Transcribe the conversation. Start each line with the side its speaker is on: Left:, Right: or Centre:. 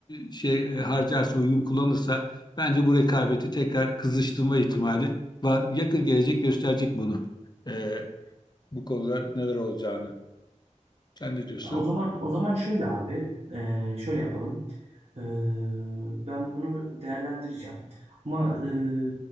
Left: şey e, harcarsa, uygun kullanırsa bence bu rekabeti tekrar kızıştırma ihtimali var. Yakın gelecek gösterecek bunu. E, bu konuda neler olacağını. Sen ne diyorsun?
Right: Ya O zaman o zaman şöyle abi, eee, şöyle yapalım. Eee, ben bunu değerlendireceğim. Ama eee,